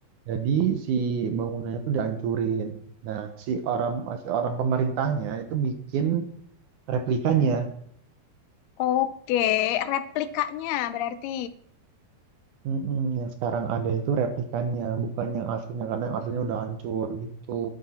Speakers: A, on the right; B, on the left.
A: Jadi si bangunannya itu dihancurin. Nah, si orang si orang pemerintahnya itu bikin replikanya.
B: Oke, replikanya berarti.
A: Mm-mm, yang sekarang ada itu replikannya, bukan yang aslinya karena yang aslinya udah hancur gitu.